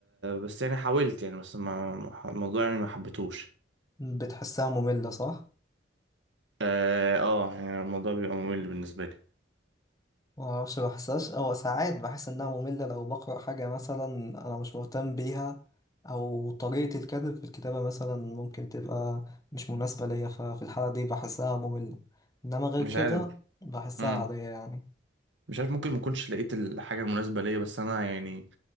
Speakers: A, on the right; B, on the left.
A: بس يعني حاولت يعني بس ما ما- الموضوع يعني ما حبيتهوش
B: بتحسها مملة صح؟
A: اه آه، يعني الموضوع بيبقى ممل بالنسبة لي
B: ما اعرفش بحسهاش او ساعات بحس انها مملة لو بقرأ حاجة مثلا انا مش مهتم بيها او طريقة الكاتب في الكتابة مثلا ممكن تبقى مش مناسبة ليا ففي الحالة دي بحسها مملة انما غير
A: مش
B: كده
A: عارف
B: بحسها
A: مم.
B: عادية يعني
A: مش عارف ممكن ما كنتش لقيت الحاجة المناسبة ليا بس انا يعني